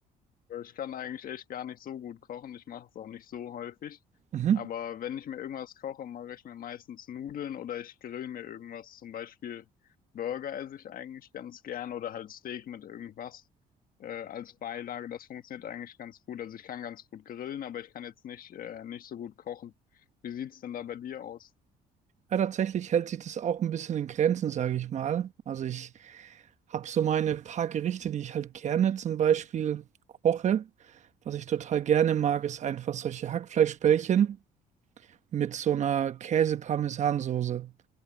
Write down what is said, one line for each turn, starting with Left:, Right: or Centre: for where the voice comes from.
Left: Ich kann eigentlich echt gar nicht so gut kochen. Ich mache es auch nicht so häufig.
Right: Mhm.
Left: Aber wenn ich mir irgendwas koche, mache ich mir meistens Nudeln oder ich grill mir irgendwas. Zum Beispiel Burger esse ich eigentlich ganz gern oder halt Steak mit irgendwas äh, als Beilage. Das funktioniert eigentlich ganz gut. Also ich kann ganz gut grillen, aber ich kann jetzt nicht, äh, nicht so gut kochen. Wie sieht's denn da bei dir aus?
Right: Ja, tatsächlich hält sich das auch ein bisschen in Grenzen, sage ich mal. Also ich habe so meine paar Gerichte, die ich halt gerne zum Beispiel koche. Was ich total gerne mag, ist einfach solche Hackfleischbällchen mit so einer Käse-Parmesan-Soße.